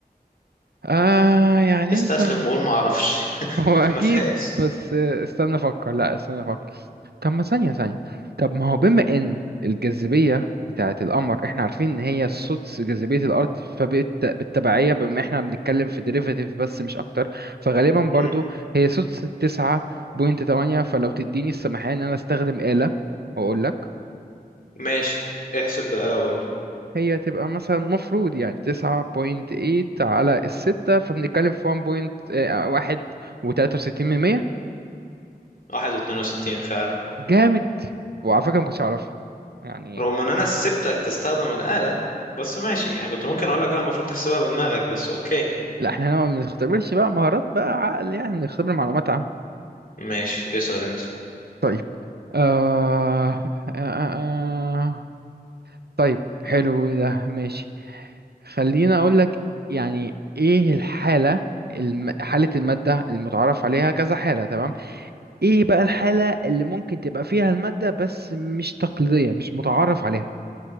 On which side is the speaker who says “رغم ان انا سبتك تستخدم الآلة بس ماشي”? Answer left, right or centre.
Left